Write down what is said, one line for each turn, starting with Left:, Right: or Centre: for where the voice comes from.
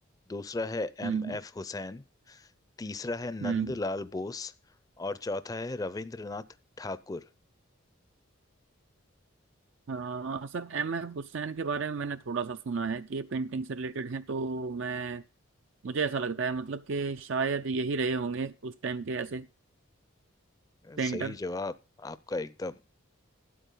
Left: दूसरा है
Right: हम्म
Left: एम एफ हुसैन तीसरा है नंद
Right: हम्म
Left: लाल बोस और चौथा है रविंद्रनाथ ठाकुर
Right: हाँ सर एम एफ हुसैन के बारे में मैंने थोड़ा सा सुना है कि ये पेंटिंग से रिलेटेड हैं तो मैं मुझे ऐसा लगता है मतलब कि शायद यही रहे होंगे उस टाइम के ऐसे पेंटर
Left: सही जवाब आपका एकदम